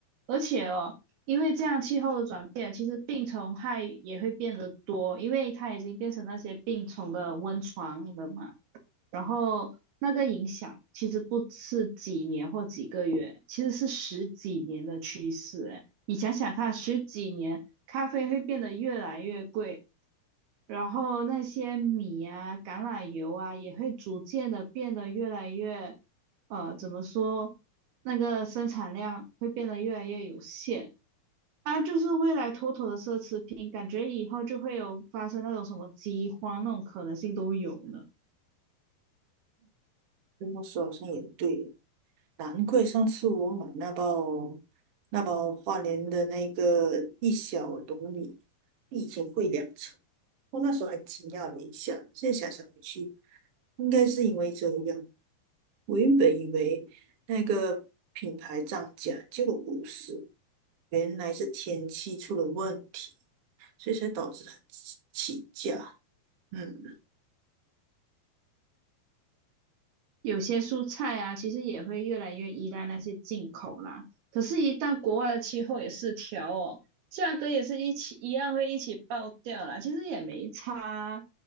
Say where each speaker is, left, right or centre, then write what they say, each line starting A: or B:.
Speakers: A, on the right; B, on the right.
A: 而且哦，因为这样气候的转变，其实病虫害也会变得多，因为它已经变成那些病虫的温床了嘛。然后那个影响其实不是几年或几个月，其实是十几年的趋势。哎，你想想看，十几年咖啡会变得越来越贵，然后那些米啊、橄榄油啊也会逐渐的变得越来越，呃，怎么说？那个生产量会变得越来越有限。啊，就是未来妥妥的奢侈品，感觉以后就会有发生那种什么饥荒那种可能性都有呢。
B: 这么说好像也对，难怪上次我买那包那包花莲的那个一小笼米，比以前贵两成，我那时候还惊讶了一下，现在想想回去。应该是因为这样。我原本以为那个品牌涨价，结果不是，原来是天气出了问题，所以才导致它起起价。嗯，
A: 有些蔬菜啊，其实也会越来越依赖那些进口啦。可是，一旦国外的气候也失调哦，价格也是一起一样会一起爆掉啦。其实也没差啊